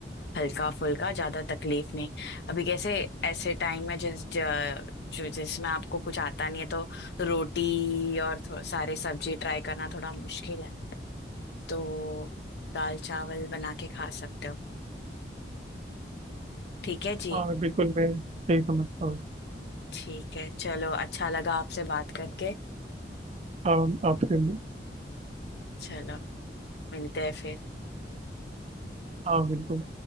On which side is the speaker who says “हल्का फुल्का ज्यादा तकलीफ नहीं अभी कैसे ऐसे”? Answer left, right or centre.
Left